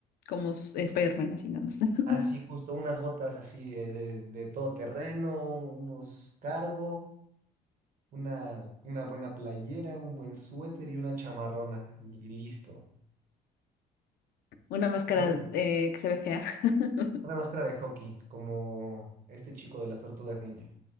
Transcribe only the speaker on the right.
así
justo, unas botas así de, de, de todo terreno, unos cargo, una, una buena playera, un buen suéter y una chamarrona y, y listo.
Algo así.
Una máscara de hockey, como este chico de las tortugas ninja.